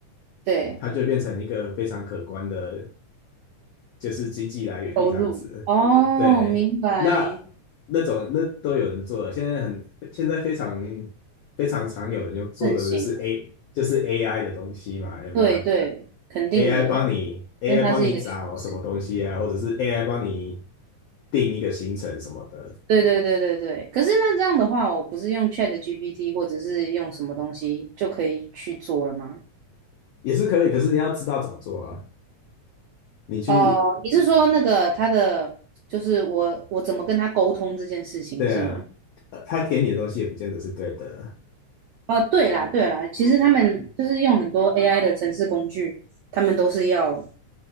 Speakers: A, on the right; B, on the left.
A: 对，
B: 它就变成一个非常可观的，就是经济来源这样子。
A: 投入。哦，
B: 对，
A: 明白，
B: 那那种那都有人做了，现在很现在非常非常常有人用做的就是
A: 盛行，
B: A 就是 AI 的东西嘛，有没有
A: 对对，肯定的，
B: ？AI 帮你 AI
A: 因为它是一个趋势。
B: 帮你找什么东西啊，或者是 AI 帮你定一个行程什么的，
A: 对对对对对，可是那这样的话，我不是用 Chat GPT 或者是用什么东西就可以去做了吗？
B: 也是可以，可是你要知道怎么做啊。你去
A: 哦，你是说那个他的，就是我我怎么跟他沟通这件事情是吗？
B: 对啊，呃他给你的东西也不见得是对的，
A: 哦，对啦对啦，其实他们就是用很多 AI 的程式工具，他们都是要，